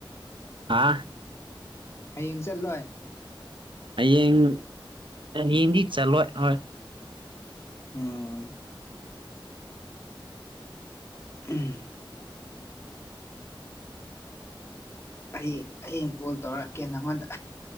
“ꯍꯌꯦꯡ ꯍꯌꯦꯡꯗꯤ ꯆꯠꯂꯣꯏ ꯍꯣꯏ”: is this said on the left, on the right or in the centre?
Right